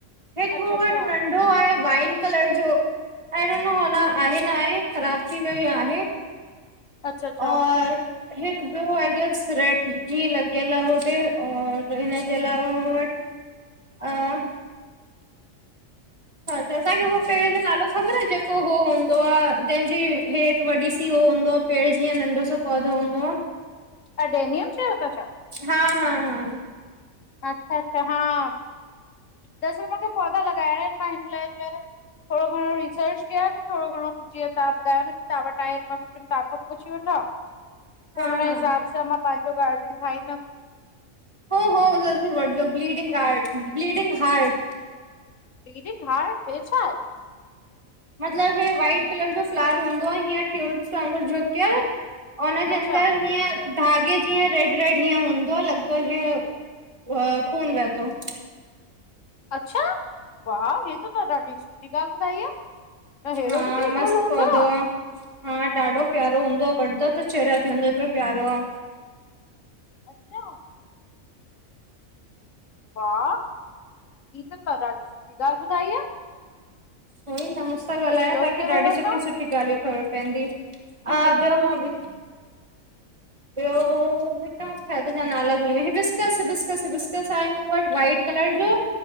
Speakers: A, on the right; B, on the left.
A: हिक
B: अच्छा
A: मूं
B: अच्छा
A: वट नंढ़ो आहे, वाइन कलर जो। अहिड़ो न हो न,
B: हम्म
A: आहे न आहे, रापची जाे ई आहे।
B: अच्छा अच्छा
A: और हिक ॿयो आ गेम्स रेड, ही लॻयल आ होॾे और हिनजे अलावा मूं वट आं तहांखे हो पेड़ जो नालो ख़बर आ, जेको हाे हूंदो आ, जंहिंजी हेठ वॾी सी हू हूंदो पेड़ जीअं, नंढ़ो सो पौधो हूंदो आ?
B: अडेनियम चयो ता छा?
A: हां हां हां
B: अच्छा अच्छा हां, दरसल मूखे पौधा लॻाइणा एन, मां हिन लाइ चयो थोड़ो घणो रिसर्च कयां थी, थोड़ो घणो जीअं तहां ॿुधायो न की तहां वट आहे, त मां तांखों पुछी वठां, पो
A: हा
B: हुन
A: हा
B: हिसाब सां मां पांजो गार्डन ठाईंदम।
A: हो हो ज़रूर वठजो, bleeding heart bleeding heart.
B: Bleeding heart, हे छाहे?
A: मतलब हे वाइट कलर जो फ्लावर हूंदो आ, हीअं ट्यूब्स वांगुर झुकयल। उन
B: अच्छा
A: जे अंदर हीअं धाॻे जीअं रेड-रेड, हीअं हूंदो आ, लग्भग जींअं खून वहेतो।
B: अच्छा वाउ! हे त तहां ॾाढी सुठी ॻाल ॿुधाई आ त हेरो
A: हा
B: भि कोई
A: मस्तु
B: गुल हूंदो
A: पौधो
B: आ।
A: आहे हा ॾाढो प्यारो हूंदो आ वङदा त चरया थयन एतिरो प्यारो आ।
B: अच्छा! वाह! हिय त ॾाढी सुठी ॻाल् ॿुधाई आ।
A: उहो ई न, मूं सां ॻाल्हायो,
B: ॿियो
A: तहांखे
B: कहिड़ो
A: ॾाढी
B: वठां
A: सुठियुं सुठियुं ॻाल्हियूं ख़बर पअंदी।
B: बिल्कुलु
A: ह <unintelligible>
B: बिल्कुलु
A: भियो। ॿियो मूंखे हदि जा नाला भुली विया हे hibiscus! Hibiscus! Hibiscus! I know it but white. Colour जो,